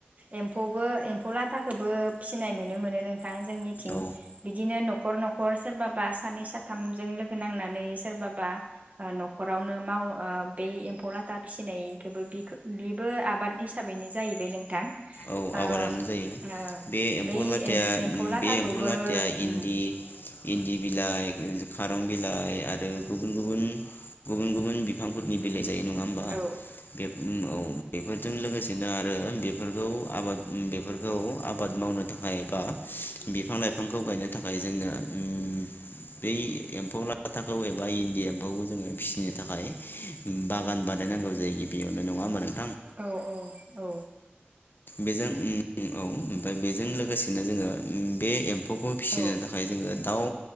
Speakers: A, on the right (about 35°); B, on the left (about 55°).
A: एम्फौबो एम्फौ लाथाखौबो फिसिनाय नुनो मोनो नों थां जोंनिथिं।
B: औ
A: बिदिनो न खर न'खर सोरबाबा सानै साथामजों लोगो नांनानै सोरबाबा ओ न'खरावनो माव ओ बे एम्फौ लाथा फिसिनायखौबो बिखो बिबो आबाद हिसाबैनो जाहैबाय नोंथां।
B: औ
A: आ
B: आबादानो जायो
A: ओ
B: बे एम्फौ
A: बै
B: लाथाया
A: एम-एम्फौ लाथाखौबो
B: बे एम्फौ लाथाया
A: ओम।
B: इन्दि इन्दि बिलाइ, खारं बिलाइ आरो गुबुन गुबुन गुबुन गुबुन बिफांफोरनि बिलाइजों ए नङा होमबा।
A: औ
B: बे भुमआव बेफोरजों लोगोसेनोआरो बेफोरखौ आबाद बेफोरखौ आबाद मावनो थाखाय बा बिफां लाइफांखौ गायनो थाखाय जोंनो उम बै एम्फौ लाथाखौ एबा इन्दि एम्फौखौ जोङो फिसिनो थाखाय बागान बानायनांगौ जायो बेयावनो नङा होनबा
A: औ औ औ
B: बेजों उम औ ओमफ्राय बेजों लोगोसेनो जोङो उम बे एम फौखौ फिनो
A: औ
B: थाखाय जोङो दाउ